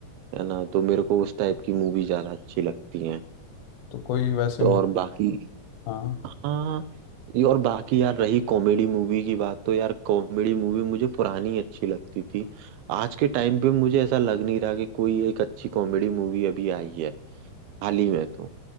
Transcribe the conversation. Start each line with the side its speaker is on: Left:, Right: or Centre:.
Right: है ना तो मेरे को उस टाइप की मूवी ज्यादा अच्छी लगती है
Left: तो कोई वैसे
Right: तो
Left: मूवी
Right: और बाकी
Left: हाँ
Right: हाँ ये और बाकी यार रही कॉमेडी मूवी की बात तो यार कॉमेडी मूवी मुझे पुरानी अच्छी लगती थी आज के टाइम पे मुझे ऐसा लग नहीं रहा कि कोई एक अच्छी कॉमेडी मूवी अभी आई है हाल ही में तो